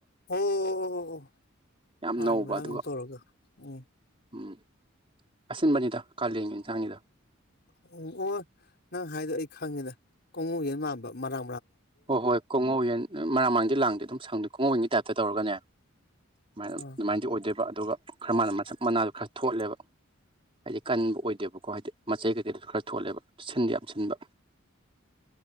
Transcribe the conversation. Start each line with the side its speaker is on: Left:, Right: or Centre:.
Left: ꯑꯣ ꯑꯣ
Right: ꯌꯥꯝ
Left: ꯍꯒꯤ
Right: ꯅꯧꯕ
Left: ꯃ
Right: ꯑꯗꯨꯒ
Left: ꯑꯗꯨꯝ ꯇꯧꯔꯒ ꯎꯝ
Right: ꯎꯝ ꯑꯁꯤꯟꯕꯅꯤꯗ ꯀꯥꯂꯦꯟꯒꯤ ꯏꯟꯁꯥꯡꯅꯤꯗ
Left: ꯎꯝ ꯑꯣ ꯅꯪ ꯍꯥꯏꯗꯣ ꯑꯩ ꯈꯪꯉꯤꯗ ꯀꯣꯉꯨꯒꯤꯅ ꯃꯥꯟꯕ ꯃꯔꯥ
Right: ꯍꯣꯏ ꯍꯣꯏ ꯀꯣꯡꯍꯧ ꯌꯦꯟ ꯃꯔꯥ ꯃꯔꯥꯡꯗꯤ ꯂꯥꯡꯗꯦ ꯑꯗꯨꯝ ꯁꯪꯗ ꯀꯣꯍꯣꯟꯒꯤ ꯇꯥꯏꯞꯇ ꯇꯧꯔꯒꯅꯦ ꯁꯃꯥꯏꯅ
Left: ꯑꯥ
Right: ꯑꯗꯨꯃꯥꯏꯗꯤ ꯑꯣꯏꯗꯣꯏꯕ ꯑꯗꯨꯒ ꯈꯔ ꯃꯥꯅꯁ ꯃꯅꯥꯗꯣ ꯈꯔ ꯊꯣꯠꯂꯦꯕ ꯍꯥꯏꯗꯤ ꯀꯟꯕ ꯑꯣꯏꯗꯦꯕꯀꯣ ꯍꯥꯏꯗꯤ ꯃꯆꯩ ꯀꯩꯀꯩꯗꯁꯨ ꯈꯔ ꯊꯣꯠꯂꯦꯕ ꯁꯤꯟꯗꯤ ꯌꯥꯝ ꯁꯤꯟꯕ